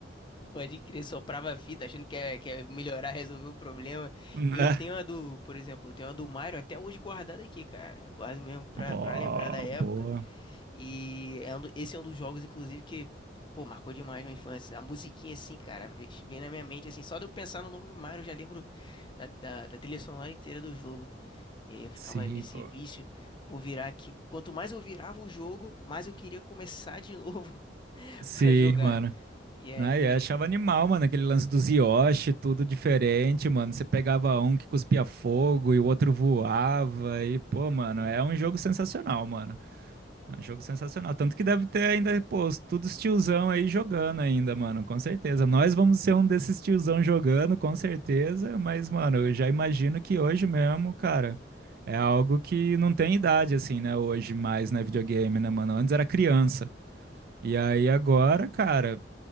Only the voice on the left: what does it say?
Pode crer, soprava a fita achando que ia, que ia melhorar, <laughs> resolver o problema.
Eu tenho
a do, por exemplo, eu tenho a do Mario até hoje guardada aqui, cara. Eu guardo mesmo pra,
pra lembrar da época.
E é um do- esse é um dos jogos, inclusive, que, pô, marcou demais minha infância. A musiquinha, assim, cara, vem vem na minha mente, assim, só de eu pensar no nome Mario, eu já lembro da, da, da trilha sonora inteira do jogo. E aí eu ficava
nesse
vício, vou virar aqui. Quanto mais eu virava o jogo, mais eu queria começar de <laughs> novo
para jogar.
E aí